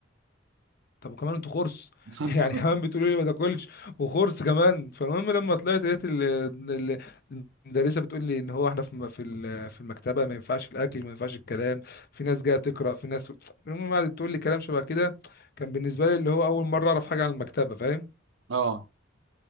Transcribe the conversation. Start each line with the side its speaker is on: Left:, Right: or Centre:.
Left: طب وكمان انتوا خرس
Right: <laughs>
Left: <laughs>
Right: انت
Left: يعني كمان بتقولوا لي ما تاكلش وخرس كمان فالمهم لما طلعت لقيت ال- ال- المدرسه بتقول لي ان هو احنا في م- في ال- في المكتبه ما ينفعش الاكل ما ينفعش الكلام في ناس جايه تقرا في ناس المهم قعدت تقول لي كلام شبه كده كان بالنسبه لي اللي هو اول مره اعرف حاجه عن المكتبه فاهم
Right: اه